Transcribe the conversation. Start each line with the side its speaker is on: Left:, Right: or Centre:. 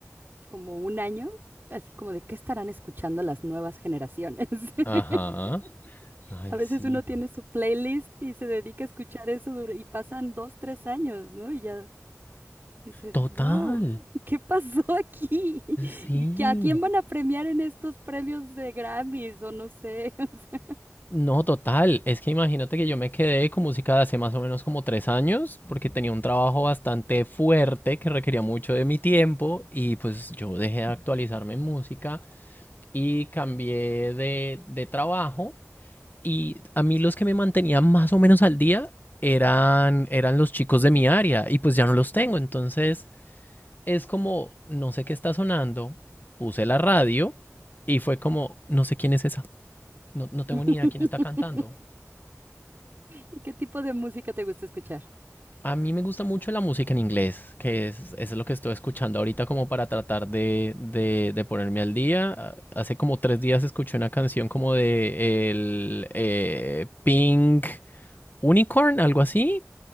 Right: como un año, así como de qué estarán escuchando las nuevas generaciones. <laughs>
Left: Ajá. Ay,
Right: A veces
Left: sí.
Right: uno tiene su playlist y se dedica a escuchar eso dura- y pasan dos, tres años, ¿no? Y ya dices,
Left: Total.
Right: wow, ¿qué pasó aquí? <laughs>
Left: Sí.
Right: ¿Que a quién van a premiar en estos premios de Grammys o no sé? <laughs> o
Left: No, total. Es que imagínate que yo me quedé con música de hace más o menos como tres años, porque tenía un trabajo bastante fuerte que requería mucho de mi tiempo y pues yo dejé de actualizarme en música y cambié de, de trabajo y a mí los que me mantenían más o menos al día eran, eran los chicos de mi área y pues ya no los tengo. Entonces es como, no sé qué está sonando, puse la radio y fue como, no sé quién es esa, no, no tengo
Right: sea.
Left: ni idea quién está cantando.
Right: <laughs> ¿Y qué tipo de música te gusta escuchar?
Left: A mí me gusta mucho la música en inglés, que es, es lo que estoy escuchando ahorita como para tratar de, de- de ponerme al día. Ah, Hace como tres días escuché una canción como de el eh, Pink Unicorn, algo así.